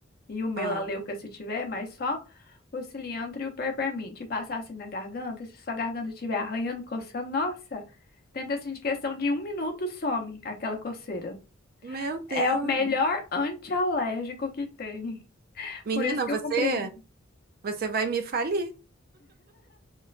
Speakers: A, on the left; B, on the right.
A: e o melaleuca
B: Ah,
A: se tiver, mas só o cilantro e o peppermint. E passar assim na garganta, se sua garganta estiver arranhando, coçando, nossa, tenta assim de questão de um minuto some aquela coceira.
B: meu Deus.
A: É o melhor antialérgico que tem.
B: Menina,
A: Por isso que
B: você,
A: eu comprei ele.
B: você vai me falir,